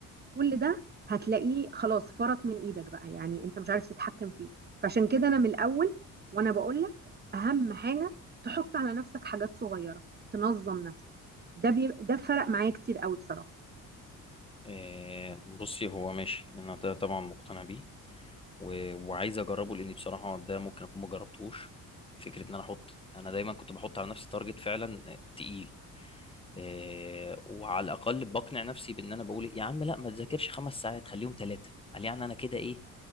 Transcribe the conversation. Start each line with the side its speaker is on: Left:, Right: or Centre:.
Right: كل ده هتلاقيه خلاص فرط من ايدك بقى يعني انت مش عارف تتحكم فيه فعشان كده انا من الاول وانا بقول لك اهم حاجه تحط على نفسك حاجات صغيره تنظم نفسك ده بيب... ده فرق معايا كتير قوي بصراحه
Left: آه، بصي هو ماشي انا ده طبعا مقتنع بيه و... وعايز اجربه لاني بصراحه ده ممكن اكون ما جربتهوش فكره ان انا احط انا دايما كنت بحط على نفسي تارجت فعلا آه، تقيل آه، وعلى الاقل بقنع نفسي بان انا بقول إيه، يا عم لا ما تذاكرش خمس ساعات خليهم ثلاثه قال يعني انا كده ايه